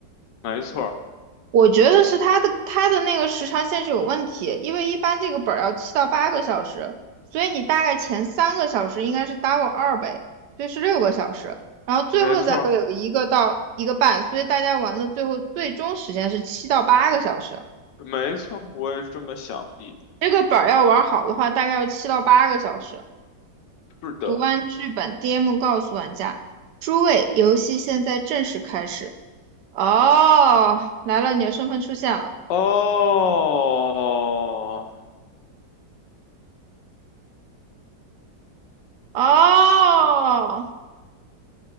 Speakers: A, on the left (about 80°); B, on the right (about 75°).
A: 没错儿，
B: 我觉得是他的他的那个时长限制有问题，因为一般这个本要七到八个小时，所以你大概前三个小时应该是 double 二倍，所以是六个小时，然后最后再会有一个到一个半，
A: 没错儿，
B: 所以大家玩的最后最终时间是七到八个小时。
A: 没错儿，我也是这么想的。
B: 这个本儿要玩好的话，大概要七到八个小时。
A: 是的，
B: 读完剧本，DM 告诉玩家：诸位，游戏现在正式开始。哦，来了，你的身份出现了。
A: 哦，
B: 哦，